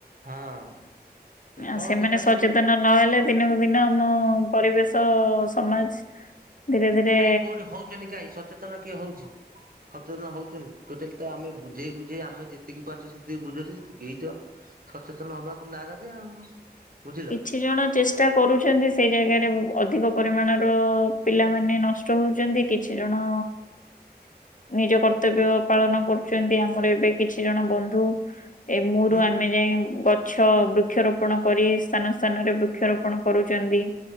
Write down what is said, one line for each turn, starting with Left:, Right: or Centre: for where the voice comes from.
Right: ହଁ ଅ
Left: ଆଉ
Right: କଣ
Left: ସେମାନେ
Right: ଦେଖାଯାଉ
Left: ସଚେତନ ନହେଲେ ଦିନକୁ ଦିନ ଆମ ପରିବେଶ ସମାଜ ଧୀରେ ଧୀରେ
Right: କାଇଁ କଉଠି ହଉଚନ୍ତି କାହିଁ ସଚେତନ କିଏ ହଉଛି। ସଚେତନ ହଉଛନ୍ତି, ଟୋଟାଲି ତ ଆମେ ବୁଝେଇ ବୁଝେଇ ଆମେ ଯେତିକି ପାରୁଛ ସେତିକି ବୁଝଛେ ସେ କେହି ତ ସଚେତନ ହବାକୁ ନାରାଜ ଆଉ। ବୁଝିଲ
Left: କିଛି ଜଣ ଚେଷ୍ଟା କରୁଛନ୍ତି, ସେଇ ଜାଗାରେ ଅଧିକ ପରିମାଣର ପିଲାମାନେ ନଷ୍ ଷ୍ଟ ହଉଛନ୍ତି କିଛି ଜଣ
Right: <inaudible>
Left: ନିଜ କର୍ତ୍ତବ୍ୟ ପାଳନ କରୁଛନ୍ତି, ଆମର ଏବେ କିଛି ଜଣ ବନ୍ଧୁ ଏ ମୁରୁ
Right: ମୁଁ
Left: ଆମେ ଯାଏ ଗଛ ବୃକ୍ଷରୋପଣ କରିସ୍ ସ୍ଥାନ ସ୍ଥାନ ରେ ବୃକ୍ଷରୋପଣ କରୁଛନ୍ତି,